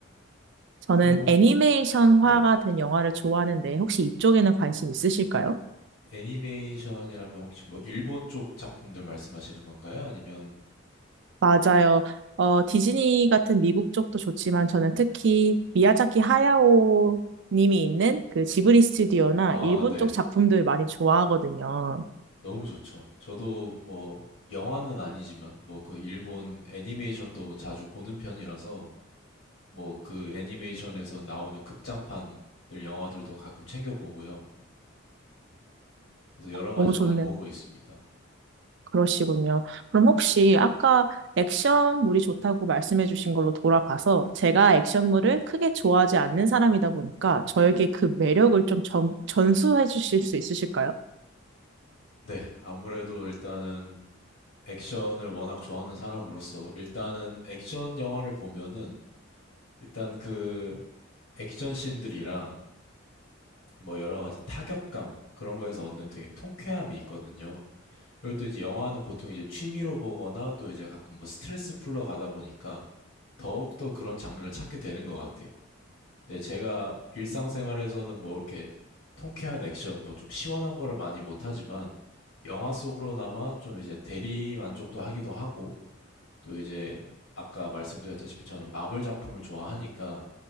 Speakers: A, on the right; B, on the left.
A: 저는
B: 그럼 뭐,
A: 애니메이션화가
B: 네.
A: 된 영화를 좋아하는데 혹시 이쪽에는 관심 있으실까요?
B: 애니메이션이라면 혹시 뭐 일본 쪽 작품들 말씀하시는 건가요? 아니면,
A: 맞아요. 어, 디즈니 같은 미국 쪽도 좋지만 저는 특히 미야자키 하야오 님이 있는 그 지브리 스튜디오나
B: 아,
A: 일본
B: 네.
A: 쪽 작품들 많이 좋아하거든요.
B: 너무 좋죠. 저도 뭐 영화는 아니지만 뭐 그 일본 애니메이션도 자주 보는 편이라서 뭐 그 애니메이션에서 나오는 극장판들 영화들도 가끔 챙겨 보고요. 그래서 여러 가지
A: 너무
B: 많이
A: 좋네요.
B: 보고 있습니다.
A: 그러시군요. 그럼 혹시 아까 액션물이 좋다고 말씀해 주신 걸로 돌아가서 제가 액션물을 크게 좋아하지 않는 사람이다 보니까 저에게 그 매력을 좀 전, 전수해 주실 수 있으실까요?
B: 네, 아무래도 일단은 액션을 워낙 좋아하는 사람으로서 일단은 액션 영화를 보면은 일단 그 액션 씬들이랑 뭐 여러 가지 타격감 그런 거에서 얻는 되게 통쾌함이 있거든요. 그리고 또 이제 영화는 보통 이제 취미로 보거나 또 이제 가끔 뭐 스트레스 풀러 가다 보니까 더욱더 그런 장르를 찾게 되는 것 같아요. 근데 제가 일상생활에서는 뭐 이렇게 통쾌한 액션, 뭐 좀 시원한 거를 많이 못하지만 영화 속으로나마 좀 이제 대리 만족도 하기도 하고 또 이제 아까 말씀드렸다시피 저는 마블 작품을 좋아하니까